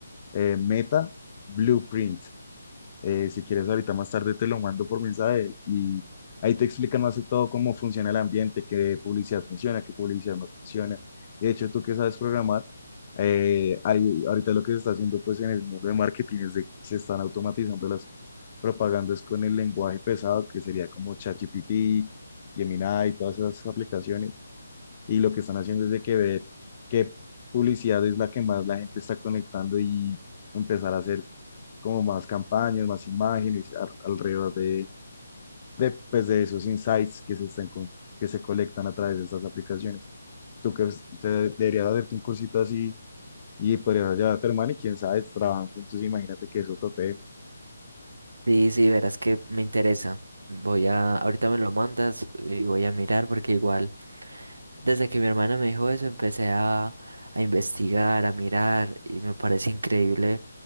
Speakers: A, on the left; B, on the right.
A: eh, Meta Blueprint. Eh, si quieres, ahorita más tarde te lo mando por mensaje y ahí te explican más de todo cómo funciona el ambiente, qué publicidad funciona, qué publicidad no funciona. De hecho, tú que sabes programar, eh, hay- ahorita lo que se está haciendo pues en el mundo de marketing es de se están automatizando las propagandas con el lenguaje pesado, que sería como ChatGPT, Gemini y todas esas aplicaciones y lo que están haciendo es de que ver qué publicidad es la que más la gente está conectando y empezar a hacer como más campañas, más imágenes al- alrededor de, de, pues, de esos insights que se están con- que se colectan a través de estas aplicaciones. Tú que es- te- deberías hacerte un cursito así y podrías llevar a tu hermano y quién sabe, trabajan juntos, imagínate que eso tope.
B: Sí, sí, verás que me interesa. Voy a, ahorita me lo mandas y voy a mirar porque igual... Desde que mi hermana me dijo eso, empecé a, a investigar, a mirar, y me parece increíble,